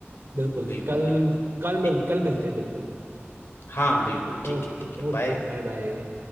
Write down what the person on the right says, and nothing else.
बिल्कुल
कल
कल मिल-
कल मिलते हैं बिल्कुल
Okay
okay
bye bye